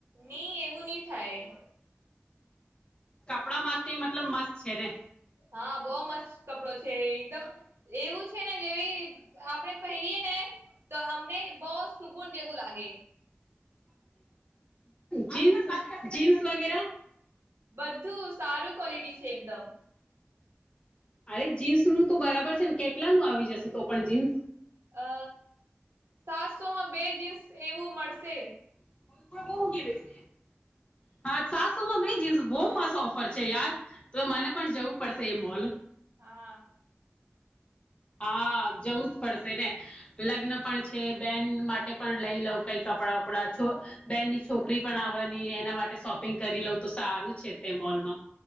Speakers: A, on the right (about 75°); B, on the left (about 25°).
A: ની એવું ની થાય.
B: કપડા મારતી મતલબ મસ્ત છે ને.
A: હા બો મસ્ત કપડો છે એકદમ એવું છે ને જેવી આપણે પહેરીયે ને તો આમ ને બો સુકુન જેવું લાગે. ગે.
B: જીન્સ જીન્સ વગેરા?
A: બધું સારું ક્વોલિટી છે એકદમ. <inaudible>
B: અરે જીન્સનું તો બરાબર છે ને કેટલા નું આવી જશે તો પણ જીન્સ?
A: અ સાત સોમાં બે જીન્સ એવું મળશે.
B: <unintelligible> હા સાતસોમાં બે જીન્સ બોવ મસ્ત ઓફર છે યાર. તો
A: હા
B: મને પણ જવું પડ શે મોલ.
A: હા.
B: હા જવું જ પડશે ને લગ્ન પણ છે. બેન માટે પણ લઈ લઉં. કઈ કપડા વપડા છો બેનની છોકરી પણ આવાની એના માટે શોપિંગ કરી લઉં તો સારું છે તે મોલમાં.